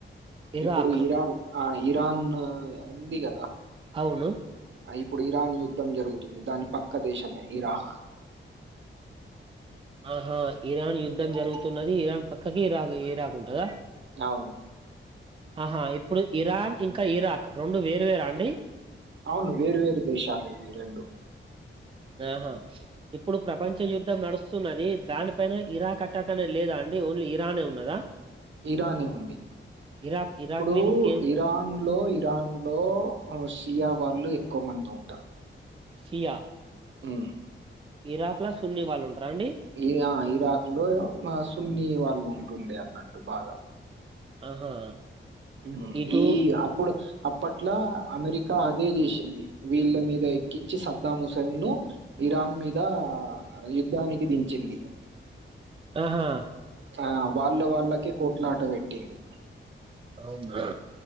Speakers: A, on the right; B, on the right.
A: ఇరాక్
B: ఇప్పుడు ఇరాన్ ఆ ఇ ఇరాన్ ఉంది కదా
A: అవును
B: ఇప్పుడు ఇరాన్ యుద్ధం జరుగుంది తుంది దానికి పక్క దేశము ఇరాహ
A: ఆహా ఇరాన్ యుద్ధం జరుగుతున్నది ఇరాన్ ప ఇ కాకి రాకు ఏ రాకుంటందా
B: అవును.
A: ఆహా ఇప్పుడు ఇరాన్ ఇంకా ఇరాక్ రెండు వేరువేరా అండి
B: అవును వేర్వేరు దేశాలు ఇవి రెండు
A: ఆహా ఇప్పుడు ప్రపంచ యుద్ధం నడుస్తుంది ఉన్నది దానిపైన ఇరాక్ అట్టాకనే లేదా అండి ఓన్లీ ఇరానే ఉన్నదా
B: ఇరానే ఉంది
A: ఇరాక్ ఇరాక్
B: ఇప్పుడు
A: మీద ఇంకేం
B: ఇరాన్ లో ఇరాన్ లో తియా వాళ్ళు ఎక్కువ మంది ఉంటారు
A: సియా
B: ఊ
A: ఇరాక్ లా సున్ని వాళ్ళు ఉంటారా అండి
B: ఇ ఇరాక్ లో ఆ సున్ని వా ఉండే అన్నట్టు బాగా
A: ఆహా
B: మ్
A: ఇటు
B: ఈ అప్పుడు అప్ అట్లా అమెరికా అదే చేషింది వీళ్ళ మీద ఎక్కిచి సద్దాముసైం ను ఇరాన్ మీదా యుద్ధానికి దించింది,
A: ఆహా
B: ఆ వాళ్ళ వాళ్ళకే కోట్లాట పెట్టింది
A: అవునా